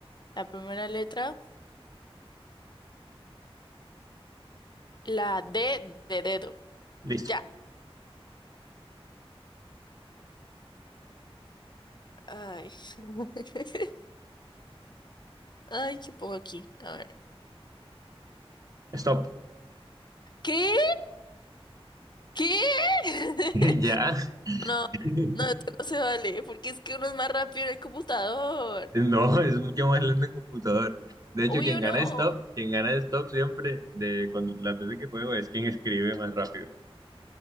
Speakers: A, on the left (about 45°); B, on the right (about 35°).
A: la primera letra, la D de dedo.
B: Listo.
A: Ya. Ay. <laughs> Ay, ¿qué pongo aquí? A ver.
B: Stop.
A: ¿Qué? ¿Qué? <laughs>
B: <laughs> Ya.
A: No,
B: <laughs>
A: no, esto no se vale, porque es que uno es más rápido en el computador.
B: No, es mucho más lento en computador. De hecho,
A: Obvio
B: quien gana
A: no,
B: stop, quien gana stop siempre, de cuando las veces que juego, es quien escribe más rápido.